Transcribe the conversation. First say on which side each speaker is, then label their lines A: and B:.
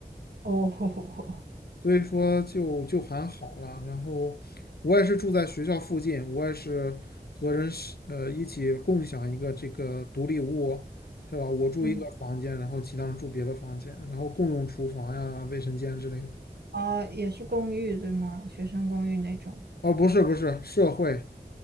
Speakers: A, on the right (about 80°); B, on the left (about 70°).
A: 哦，<laughs>
B: 所以说就就还好了。然后我也是住在学校附近，我也是和人是呃一起共享一个这个独立屋，是吧？我住一个房间，
A: 嗯，
B: 然后其他人住别的房间，然后共用厨房呀、卫生间之类的。
A: 啊，也是公寓对吗？学生公寓那种
B: 哦，不是不是，社会，